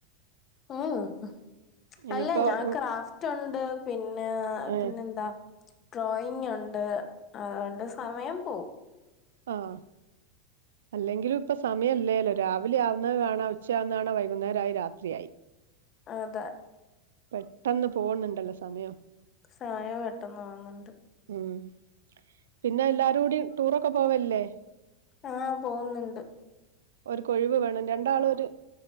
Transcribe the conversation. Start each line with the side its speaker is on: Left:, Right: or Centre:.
Left: ഉ ഉ
Right: ഇനിയിപ്പോ
Left: അല്ല ഞാൻ
Right: ഉം,
Left: ക്രാഫ് റ്റുണ്ട് പിന്നെ
Right: ഏ,
Left: പിന്നെ എന്താ ഡ്രോയിങ് ഒണ്ട് അതൊണ്ട് സമയം പോവും
Right: ആഹ്‌ അല്ലെങ്കിലും ഇപ്പ സമയമല്ലല്ലോ രാവിലെ ആവുന്ന കാണാം ഉച്ച ആവുന്ന കാണ വൈകുന്നേരയി രാത്രിയായി
Left: അതെ
Right: പെട്ടെന്ന് പോവ്ന്ന്ണ്ടല്ലോ സമയം
Left: സഹായം പെട്ടെന്ന് ആവുന്നുണ്ട്
Right: ഉം പിന്നെ എല്ലാരും ടിം ടൂറൊക്കെ പോവൽല്ലേ
Left: ആഹ്‌ പോവ്ന്ന്ണ്ട്
Right: ഒരു കൊഴിവ് വേണം രണ്ടാളും ഒരു